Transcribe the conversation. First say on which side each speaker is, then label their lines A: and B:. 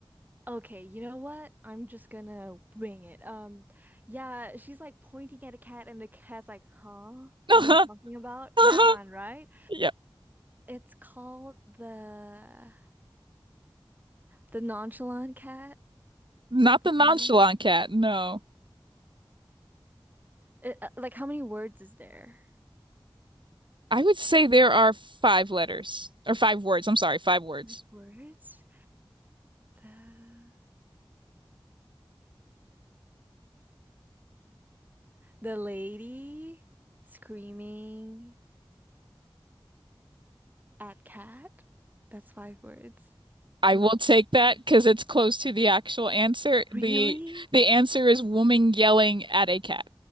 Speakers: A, on the right; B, on the right.
A: Okay, you know what? I'm just gonna wing it. Um, yeah, she's like pointing at a cat, and the cat's like, "Huh?
B: <laughs>
A: What
B: Uh-huh.
A: are you talking about?"
B: Uh-huh.
A: That one, right?
B: Yep.
A: It's called the the nonchalant cat.
B: Not
A: No.
B: the nonchalant cat. No.
A: It, uh, like, how many words is there?
B: I would say there are five letters or five words. I'm sorry, five words.
A: My words. The the lady screaming at cat. That's five words.
B: I
A: No,
B: will take that because it's close to the actual answer.
A: really?
B: The the answer is woman yelling at a cat.